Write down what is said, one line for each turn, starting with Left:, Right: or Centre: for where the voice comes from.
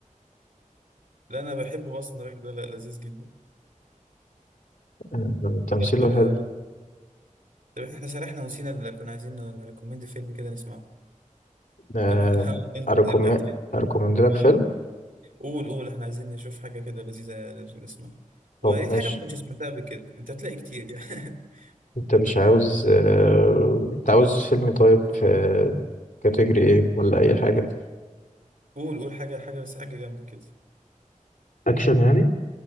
Right: لا انا بحبه اصلا الراجل ده لا لذيذ جدا
Left: آه، تمثيله
Right: طب آه،
Left: حلو
Right: طب احنا سرحنا ونسينا اللي كنا عايزين نريكومند فيلم كده نسمعه
Left: آه،
Right: طب <laughs>
Left: أركم
Right: ارجع تاني
Left: أركومند لك
Right: اه
Left: فيلم
Right: قول قول احنا عايزين نشوف حاجة كده لذيذة نسمعها
Left: طب
Right: ويا ريت
Left: ماشي
Right: حاجة ما كنتش سمعتها قبل كده انت هتلاقي كتير يعني <laughs>
Left: أنت مش عاوز آه، أنت عاوز فيلم طيب في كاتيجري إيه ولا أي حاجة
Right: قول قول حاجة حاجة بس حاجة جامدة كده
Left: اكشن يعني